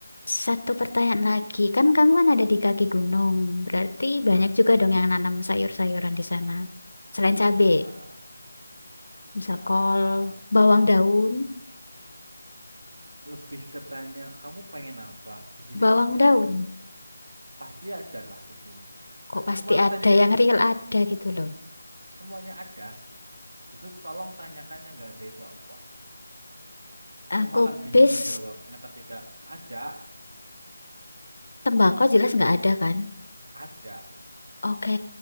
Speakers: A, on the left (about 65°); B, on the right (about 50°).
A: satu pertanyaan lagi. Kan kamu kan ada di kaki gunung. Berarti
B: ah
A: banyak juga dong yang nanam sayur-sayuran di sana. Selain cabe,
B: ya
A: misal
B: ah,
A: kol, bawang daun,
B: lebih ketanya kamu pengen apa di sini
A: bawang
B: pasti
A: daun.
B: ada pasti ada lah di sini
A: Kok
B: A-
A: pasti
B: aku malah
A: ada
B: tanyanya
A: yang real ada gitu loh.
B: Semuanya ada. Itu tolong tanyakannya nggak ada itu apa. Aku
A: Aku
B: malah bingung
A: bis
B: jawabnya ketika ada,
A: Tembakau jelas nggak ada kan?
B: ada.
A: Oke,